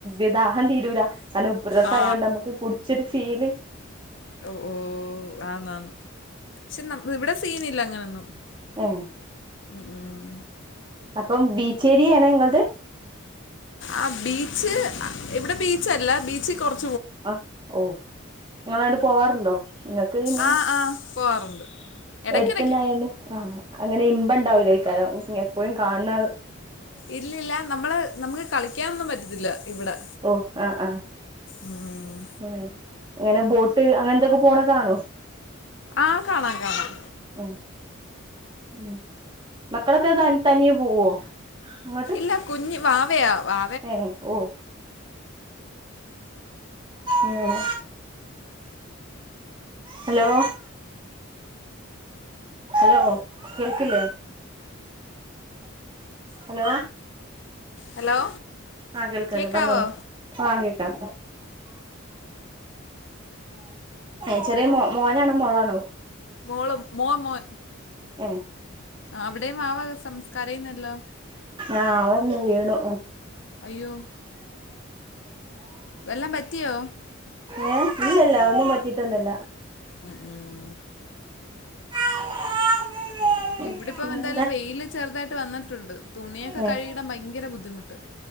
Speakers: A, on the right; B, on the left.
A: ഇ ദാഹം തീരൂല നല്ല ഉപ്പ് രസം
B: ആ
A: ആയതോണ്ട് ആകും ഇച്ചിരി ചീല്
B: ഓ ഓ ആന്നാന്ന് പക്ഷെ ഇവിടെ സീനില്ല അങ്ങനൊന്നും
A: ഏഹ്
B: ഉം, ഉം.
A: അപ്പം ബീച്ച് ഏരിയയാണ് നിങ്ങളത്
B: ആഹ് ബീച്ച് ഇവിടെ ബീച്ചല്ല ബീച്ച് കൊറച്ച്
A: ആഹ് ഓ നിങ്ങള് അങ്ങട്ട് പോവാറുണ്ടോ നിങ്ങക്ക് പിന്നെ
B: ആ ആ പോവാറുണ്ട് ഇടയ്ക്കിടയ്ക്ക്
A: എടുത്തന്നെ ആയാല് ആഹ് അങ്ങനെ ഇമ്പം ഉണ്ടാവൂല ഈക്കാലം എപ്പോഴും കാണണത്
B: ഇല്ലില്ല നമ്മള് നമുക്ക് കളിക്കാനൊന്നും പറ്റത്തില്ല ഇവിടെ
A: ഓ ആ ആ
B: ഉം
A: ഉം അങ്ങനെ ബോട്ട് അങ്ങനെത്തൊക്കെ പോണ കാണോ
B: ആഹ് കാണാം കാണാം
A: ഉം ഉം മക്കളൊക്കെ ത തനിയേ പോവോ അങ്ങ
B: ല്ല കുഞ്ഞ വാവയാ വാ
A: ഏഹ് ഓ എങ്ങനെ ഹലോ ഹലോ കേൾക്കില്ലേ ഹലോ
B: ഹലോ
A: ആഹ് കേൾക്കണ്ട്
B: കേക്കാവോ
A: പറഞ്ഞോളി ആഹ് കേക്കാം ആഹ് ചെറിയ മോനാണോ മോളാണോ
B: മോള് മോൻ മോൻ
A: ഉം
B: ആഹ് അവിടെയും വാവ സംസ് കരയുന്നല്ലോ
A: ആഹ് അവൻ ഒന്ന് വീണു
B: അയ്യോ വല്ലോം പറ്റിയോ
A: ഏ ഇല്ലല്ല ഒന്നും പറ്റിട്ടൊന്നുല്ല
B: ഉം ഉം
A: പിന്നെന്താ
B: ഇവിടിപ്പം എന്തായാലും വെയില് ചെറുതായിട്ട് വന്നിട്ടുണ്ട് തുണിയൊക്കെ
A: ഉം
B: കഴുകിടാൻ ഭയങ്കര ബുദ്ധിമുട്ട്